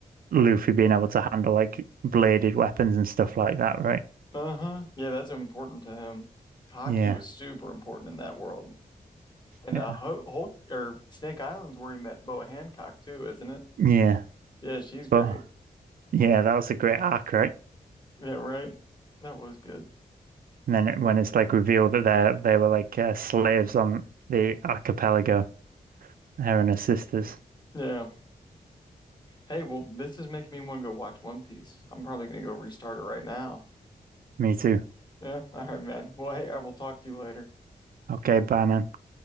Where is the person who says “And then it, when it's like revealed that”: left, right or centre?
Right